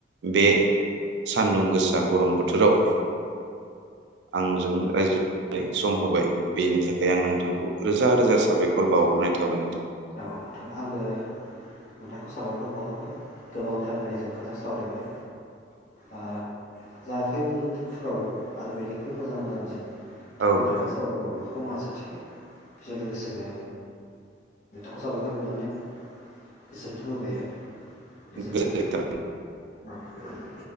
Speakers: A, on the right (about 75°); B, on the left (about 45°).
A: बे सानदुं गोसा गरम बोथोराव। आंजों रायज्लायनाय सम होबाय बेनि थाखाय आं नोंथांखौ रोजा रोजा साबायखर बावहरनाय थाबाय नोंथां।
B: औ नोंथां आंबो नोंथांखौ साबायखर बावहरबाय गोबां थारमानानि जों खोथा सावरायबाय। औ। जाहाथे उनफोराव आरो बेनिख्रुइ मोजां मोजांसिन थै
A: नोंथां
B: जा सावरायाव <inaudible> बेखौ आसा थिबाय बेजों लोगोसेनो खौ साबायखर बावनानै गोजोनथों होबाय आरो। गोजोन्थों
A: गोजोननाय थाबाय
B: औ गोजोन्थों।